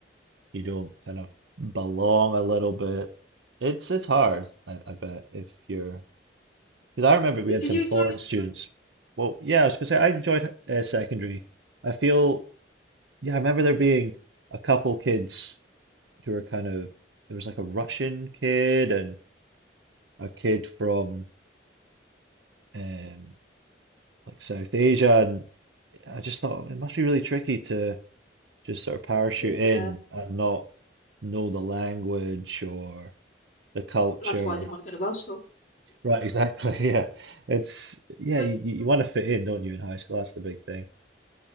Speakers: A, on the right; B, on the left.
A: you don't kind of belong a little bit. It's it's hard, I, I bet, if you're because I remember we
B: D-
A: had
B: Did
A: some
B: you
A: foreign
B: enjoy?
A: students. Well, yeah, I was gonna say I enjoyed uh, secondary. I feel yeah, I remember there being a couple kids who were kind of there was like a Russian kid and a kid from um like South Asia, and I just thought it must be really tricky to just sort of parachute
B: Yeah.
A: in and not know the language or the culture.
B: That's why I didn't want to go to Welsh school.
A: Right, exactly. <laughs> Yeah. It's yeah,
B: Look,
A: you, you want to fit in, don't you, in high school? That's the big thing.